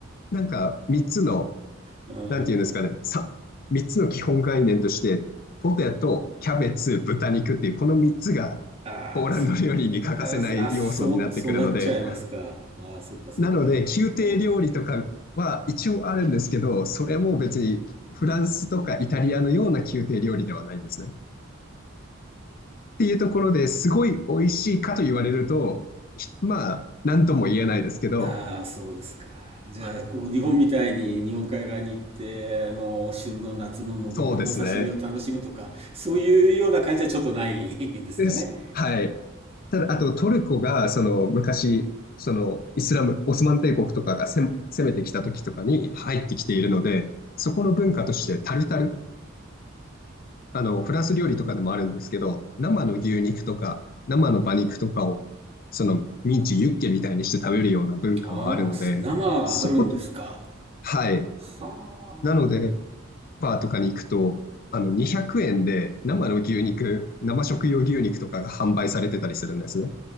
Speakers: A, on the left (about 45°); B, on the right (about 30°).
A: なんか3つの、
B: うーん。
A: なんていうんですかね、さ3つの基本概念として、ポテト、キャベツ、豚肉っていう、この3つが
B: ああ、
A: ポーランド料理に欠かせない要素になってくるので、
B: そう。あ、そ、あ、そう、そうなっちゃいますか。ああ、そっかそっか。
A: なので、宮廷料理とかは一応あるんですけど、
B: うん。
A: それも別にフランスとかイタリアのような宮廷料理ではないんですね。っていうところですごい美味しいかと言われると、まあ、なんとも言えないですけど、
B: ああ、そうですか。じゃあ、こう、日本みたいに日本海側に行って、あの、旬の夏ののどくろの刺身を楽しむとか、
A: そうですね。
B: そういうような感じはちょっとないんですかね。
A: です。はい。ただ、あとトルコがその昔、そのイスラム、オスマン帝国とかがせん攻めてきた時とかに入ってきているので、そこの文化としてタルタル、あのフランス料理とかでもあるんですけど、生の牛肉とか生の馬肉とかをそのミンチ、ユッケみたいにして食べるような文化はあるので、
B: ああ、生はあるんですか。
A: そこと、はい。
B: は
A: なので、バーとかに行くと、あの200円で生の牛肉、生食用牛肉とかが販売されてたりするんですね。